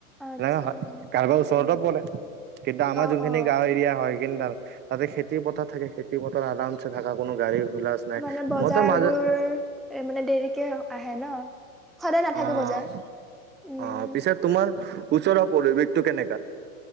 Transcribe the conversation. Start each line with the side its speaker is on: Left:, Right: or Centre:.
Centre: আচ্ছা
Right: লাগা হ'য়। কাৰোবাৰ ওচৰতে
Centre: উম উম
Right: পৰে কিন্তু আমাৰ
Centre: অ
Right: যোনখিনি
Centre: অ
Right: গাওঁ এৰিয়া হ'য়, সেইখিনি থাক্‌ তাতে খেতি পথাৰ থাকে। খেতি পথাৰ আৰাম ছে থাকা কোনো গাড়ী হুলাচ নাই
Centre: মানে বজাৰবোৰ,
Right: মইতো মাজত
Centre: এ মানে দেৰিকে আহে ন'? সদায় নাথাকে
Right: অঁ,
Centre: বজাৰ উম
Right: অঁ পিছে তোমাৰ ওচৰৰ পৰিৱেশটো কেনেকা?